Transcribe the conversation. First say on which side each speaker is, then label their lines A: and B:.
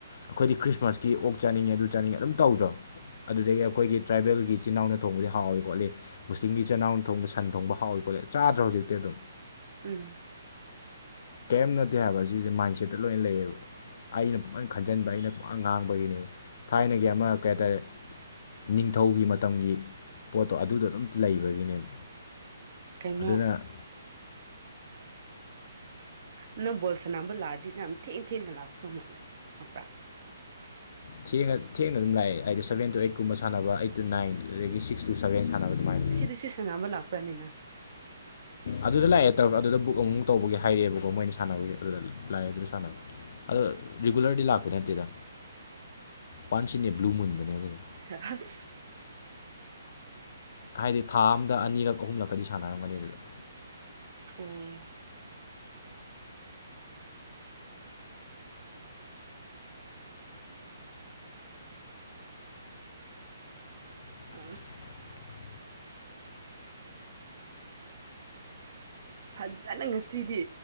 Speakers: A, on the left (about 55°); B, on the right (about 60°).
A: ꯑꯈꯣꯏꯗꯤ ꯈ꯭ꯔꯤꯁꯃꯥꯁꯀꯤ ꯑꯣꯛ ꯆꯥꯅꯤꯡꯉꯦ ꯑꯗꯨ ꯆꯥꯅꯤꯡꯉꯦ ꯑꯗꯨꯝ ꯇꯧꯗ꯭ꯔꯣ ꯑꯗꯨꯗꯒꯤ ꯑꯩꯈꯣꯏꯒꯤ ꯇ꯭ꯔꯥꯏꯕꯦꯜꯒꯤ ꯏꯆꯤꯟ ꯏꯅꯥꯎꯅ ꯊꯣꯡꯕꯗꯤ ꯍꯥꯎꯋꯦ ꯈꯣꯠꯂꯤ ꯃꯨꯁꯂꯤꯝꯒꯤ ꯏꯆꯤꯟ ꯅꯥꯎꯅ ꯊꯣꯡꯕ ꯁꯟ ꯊꯣꯡꯕ ꯍꯥꯎꯋꯤ ꯈꯣꯠꯂꯤ ꯆꯥꯗ꯭ꯔꯣ ꯍꯧꯖꯤꯛꯇꯤ ꯑꯗꯨꯝ
B: ꯎꯝ
A: ꯀꯩꯝ ꯅꯠꯇꯦ ꯍꯥꯏꯕ ꯁꯤꯖꯦ ꯃꯥꯏꯟꯁꯦꯠꯇ ꯂꯣꯏ ꯂꯩꯌꯦꯕ ꯑꯩꯅ ꯄꯨꯡꯈꯟ ꯈꯟꯖꯟꯕ ꯑꯩꯅ ꯄꯨꯉꯥꯡ ꯉꯥꯡꯕꯒꯤꯅꯦꯕ ꯊꯥꯏꯅꯒꯤ ꯑꯃ ꯀꯩꯍꯥꯏ ꯇꯥꯔꯦ ꯅꯤꯡꯊꯧꯒꯤ ꯃꯇꯝꯒꯤ ꯄꯣꯠꯇꯣ ꯑꯗꯨꯗ ꯑꯗꯨꯝ ꯂꯩꯕꯒꯤꯅꯦꯕ
B: ꯀꯩꯅꯣ
A: ꯑꯗꯨꯅ
B: <unintelligible>
A: ꯊꯦꯡꯉ ꯊꯦꯡꯅ ꯑꯗꯨꯝ ꯂꯥꯛꯑꯦ ꯍꯥꯏꯗꯤ ꯁꯕꯦꯟ ꯇꯨ ꯑꯩꯠ ꯀꯨꯝꯕ ꯁꯥꯟꯅꯕ ꯑꯩꯠ ꯇꯨ ꯅꯥꯏꯟ ꯑꯗꯒꯤ ꯁꯤꯛꯁ ꯇꯨ ꯁꯕꯦꯟ ꯁꯥꯟꯅꯕ ꯑꯗꯨꯃꯥꯏꯅ
B: ꯁꯤꯁꯤ ꯁꯟꯅꯕ ꯂꯥꯛꯄ꯭ꯔꯥꯅꯦ ꯅꯪ
A: ꯑꯗꯨꯗ ꯂꯥꯛꯑꯦ ꯇꯧꯔ ꯑꯗꯨꯗ ꯕꯨꯛ ꯑꯃꯨꯛ ꯇꯧꯕꯒꯤ ꯍꯥꯏꯔꯛꯑꯦꯕꯀꯣ ꯃꯣꯏꯅ ꯁꯥꯟꯅꯕꯒꯤ ꯑꯗꯨꯗ ꯂꯥꯛꯑꯦ ꯑꯗꯨꯗ ꯁꯥꯟꯅꯕ ꯑꯗꯣ ꯔꯤꯒꯨꯂꯔꯗꯤ ꯂꯥꯛꯄ ꯅꯠꯇꯦꯗ ꯋꯥꯟꯁ ꯏꯟ ꯑꯦ ꯕ꯭ꯂꯨ ꯃꯨꯟꯗꯅꯦ ꯑꯗꯨꯗ
B: <unintelligible>
A: ꯍꯥꯏꯗꯤ ꯊꯥ ꯑꯝꯗ ꯑꯅꯤꯔꯛ ꯑꯍꯨꯝꯂꯛꯀꯗꯤ ꯁꯥꯟꯅꯔꯝꯒꯅꯤ ꯑꯗꯨꯗ
B: ꯑꯣ
A: <unintelligible>
B: ꯑꯁ ꯐꯖꯥꯅ ꯉꯁꯤꯗꯤ